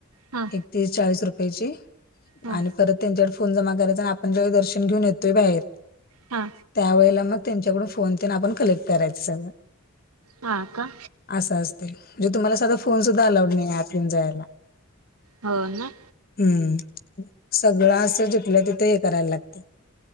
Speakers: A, on the right (about 80°); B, on the left (about 45°).
A: हा.
B: तीस, चाळीस रुपयेची
A: हा
B: आणि परत त्यांच्याकड फोन जमा करायचा आणि आपण ज्यावेळी दर्शन घेऊन येतोय बाहेर
A: हा.
B: त्यावेळेला मग त्यांच्याकडून फोन तेन आपण कलेक्ट करायचं सगळं.
A: हा का?
B: असं असतय म्हणजे तुम्हाला साधा फोन सुद्धा अलाउड नाहीये, आत घेऊन जायला.
A: हो ना.
B: हम्म, सगळं असं जिथल्या तिथं हे करायला लागते.